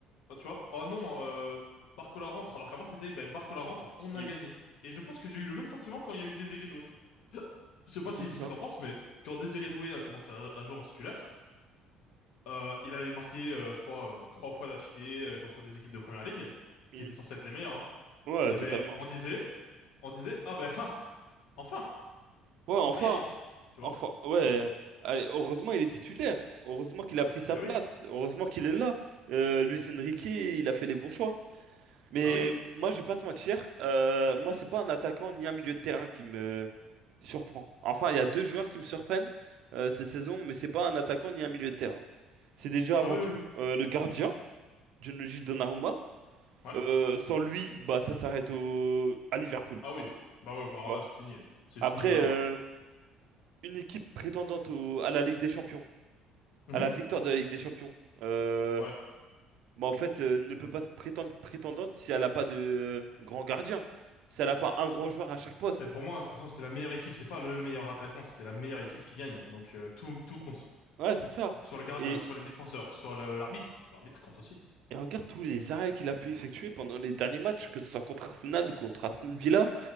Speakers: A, on the left (about 65°); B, on the right (about 55°).
A: Bah, tu vois, oh non, euh, Barcola rentre, alors qu'avant, c'était, ben, Barcola rentre, on a
B: hmm,
A: gagné. Et je pense que j'ai eu le même sentiment quand il y a eu Désiré Doué. <laughs> Je sais pas si
B: comment
A: c'est ce
B: ça?
A: que t'en penses, mais quand Désiré Doué a commencé à, à jouer en titulaire, Euh, il avait marqué, euh, je crois, euh, trois fois d'affilée euh, contre des équipes de première ligue,
B: Hmm,
A: qui étaient censées être les meilleures. Hein.
B: ouais,
A: Et
B: totalement.
A: ben, on disait, on disait, ah ben, <laughs> ah, enfin,
B: Ouais, enfin,
A: enfin il rentre, tu vois?
B: enfin, ouais. Allez, heureusement, il est titulaire. Heureusement qu'il a pris sa
A: Eh
B: place.
A: oui,
B: Heureusement qu'il est là. Euh, Luis Enrique, il a fait les bons choix. Mais
A: bah oui,
B: moi, je vais pas te mentir, euh, moi, c'est pas un attaquant ni un milieu de terrain qui me surprend. Enfin, il y a deux joueurs qui me surprennent euh, cette saison, mais c'est pas un attaquant ni un milieu de terrain. C'est déjà
A: bah
B: avant
A: oui,
B: tout
A: oui,
B: euh, le gardien, Gianluigi Donnarumma.
A: ouais,
B: Euh, sans lui, bah, ça s'arrête au... à Liverpool.
A: ah oui, bah oui, bah alors
B: Tu vois.
A: là c'est fini, ouais. c'est
B: Après,
A: fini bien avant.
B: euh, une équipe prétendante au- à la Ligue des Champions,
A: Mhm.
B: à la victoire de la Ligue des Champions, euh,
A: Ouais.
B: bah, en fait, euh, ne peut pas se prétendre prétendante si elle n'a pas de euh, grand gardien, si elle n'a pas un grand joueur à chaque poste.
A: Mais pour moi, de toute façon, c'est la meilleure équipe, c'est pas le meilleur attaquant, c'est la meilleure équipe qui gagne. Donc euh, tout, tout compte,
B: Ouais, c'est ça.
A: que ce soit le gardien,
B: Et,
A: que ce soit les défenseurs, que ce soit le- l'arbitre, l'arbitre compte aussi.
B: et regarde tous les arrêts qu'il a pu effectuer pendant les derniers matchs, que ce soit contre Arsenal ou contre Aston Villa.